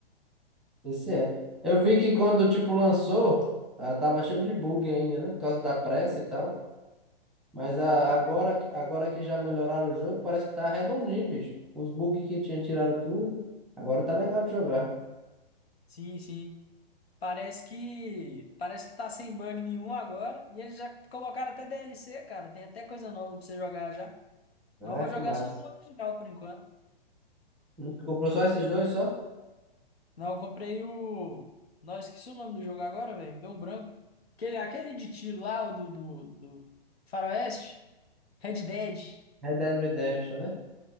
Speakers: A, in the centre; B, on the left.
A: Esse é. Eu vi que quando, tipo, lançou, ah, tava cheio de bug ainda, né? Por causa da pressa e tal. Mas a-
B: Tá,
A: agora, agora que já melhoraram o jogo, parece que tá redondinho, bicho. Os bugs que tinha tiraram tudo. Agora tá legal de jogar.
B: sim, sim. Parece que parece que tá sem bug nenhum agora e eles já colocaram até DLC, cara. Tem até coisa nova pra você jogar já.
A: Ah,
B: Mas eu vou jogar
A: que massa.
B: só o original por enquanto.
A: Hum, Tu comprou só esses dois, só?
B: Não, eu comprei o. Não, esqueci o nome do jogo agora, velho. Me Deu um branco. Aquele, aquele de tiro lá, o do, do, do Faroeste. Red Dead.
A: Red Dead Redemption, né?